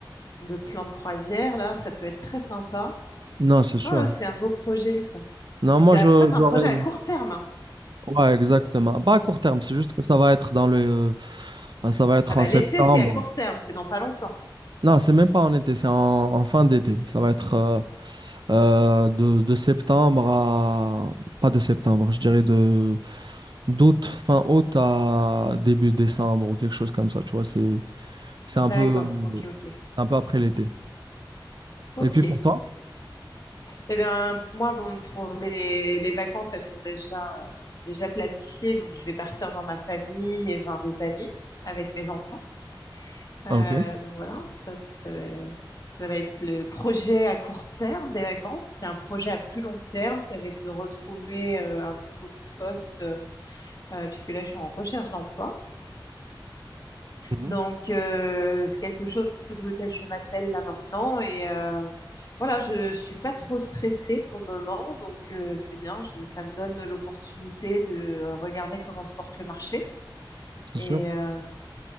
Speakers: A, on the left; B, on the right.
A: de plan de croisière, là. Ça peut être très sympa.
B: Non, c'est sûr.
A: Ah, c'est un beau projet, ça.
B: Non,
A: Et
B: moi
A: puis, ah,
B: je
A: ça, c'est un
B: j'aurais.
A: projet à court terme. hein.
B: Ouais, exactement. Pas à court terme, c'est juste que ça va être dans le. ben, ça va être
A: Ah bah,
B: en septembre.
A: l'été, c'est à court terme, c'est dans pas longtemps.
B: Non, c'est même pas en été, c'est en, en fin d'été. Ça va être euh, euh, de, de septembre à... Pas de septembre, je dirais de d'août, fin août à début décembre ou quelque chose comme ça, tu vois. C'est, c'est
A: D'accord,
B: un peu,
A: ok, ok,
B: un peu après l'été.
A: ok.
B: Et puis pour toi?
A: Eh bien, moi, bon, pour les, les vacances, elles sont déjà, euh, déjà planifiées. Donc, je vais partir dans ma famille et voir des amis avec mes enfants. Euh,
B: Ah, Ok,
A: donc, voilà, ça, ça va, ça va être le projet à court terme des vacances. Puis, un projet à plus long terme, ça va être de retrouver euh, un nouveau poste, euh, puisque là, je suis en recherche d'emploi.
B: Mhm.
A: Donc, euh, c'est quelque chose auquel je m'attelle là maintenant. Et euh, voilà, je ne suis pas trop stressée pour le moment. Donc, euh, c'est bien. Je- ça me donne l'opportunité de euh, regarder comment se porte le marché.
B: c'est
A: Et,
B: sûr.
A: euh,